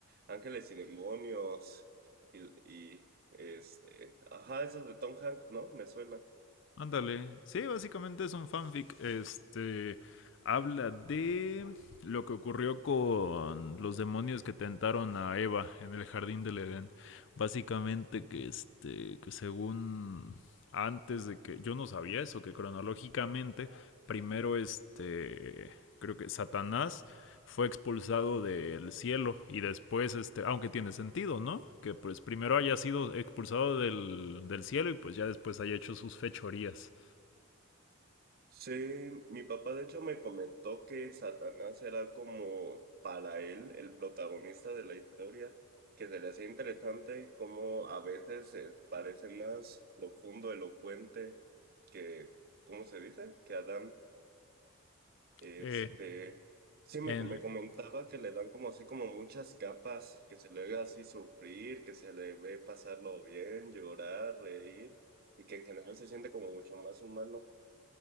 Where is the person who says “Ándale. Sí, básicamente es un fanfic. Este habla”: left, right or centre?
Left